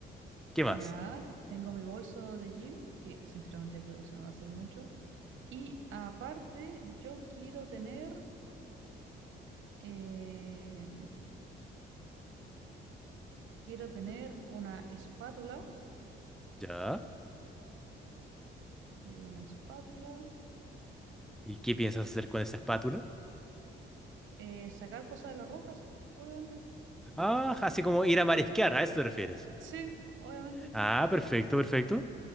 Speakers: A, in the centre; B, on the right (about 75°).
A: ¿Qué más?
B: Ya, tengo mi bolso de gym, que sinceramente yo creo que se me va a hacer mucho. Y aparte, yo quiero tener... em, Quiero tener una espátula,
A: Ya.
B: eh, una espátula,
A: ¿Y qué piensas hacer con esa espátula?
B: eh, sacar cosas de las rocas, obviamente.
A: Ah, así como ir a marisquear, ¿a eso te refieres?
B: Sí, obviamente.
A: Ah, perfecto, perfecto.